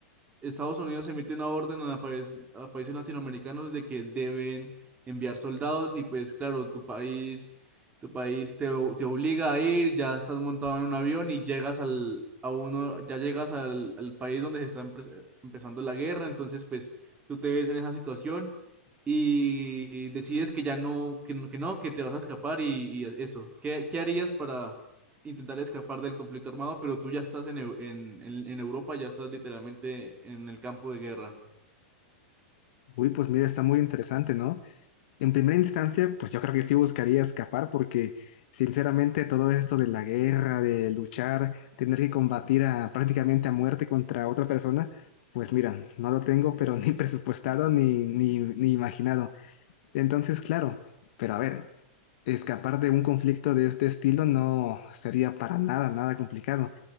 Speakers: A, on the right; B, on the left.
A: Estados Unidos emite una orden a, la paes- a países latinoamericanos de que deben enviar soldados y pues claro, tu país, tu país te, o- te obliga a ir, ya estás montado en un avión y llegas al, a uno, ya llegas al, al país donde se está empe- empezando la guerra, entonces pues tú te ves en esa situación y decides que ya no, que, no- que no, que te vas a escapar y, y eso. ¿Qué, qué harías para, intentar escapar del conflicto armado, pero tú ya estás en, Eu- en, en- en Europa, ya estás literalmente en el campo de guerra.
B: Uy, pues mira, está muy interesante, ¿no? En primera instancia, pues yo creo que sí buscaría escapar porque sinceramente todo esto de la guerra, de luchar, tener que combatir a, prácticamente a muerte contra otra persona, pues mira, no lo tengo pero ni <laughs> presupuestado ni, ni, ni imaginado. Entonces, claro, pero a ver, escapar de un conflicto de este estilo no sería para nada, nada complicado.